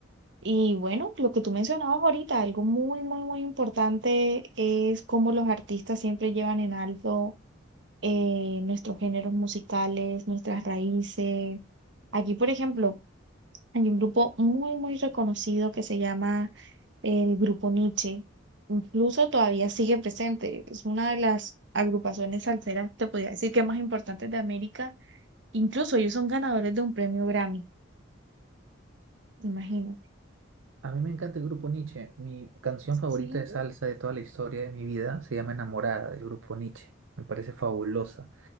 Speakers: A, on the right; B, on the right.
A: Y bueno, lo que tú mencionabas ahorita, algo muy, muy, muy importante es cómo los artistas siempre llevan en alto eh, nuestros géneros musicales, nuestras raíces. Aquí, por ejemplo, hay un grupo muy, muy reconocido que se llama el Grupo Nietzsche. Incluso todavía sigue presente. Es una de las agrupaciones salseras, te podría decir que más importantes de América. Incluso ellos son ganadores de un premio Grammy, imagínate.
B: A mí me encanta el grupo Nietzsche. Mi canción
A: Sí.
B: favorita de salsa de toda la historia de mi vida se llama Enamorada del grupo Nietzsche. Me parece fabulosa.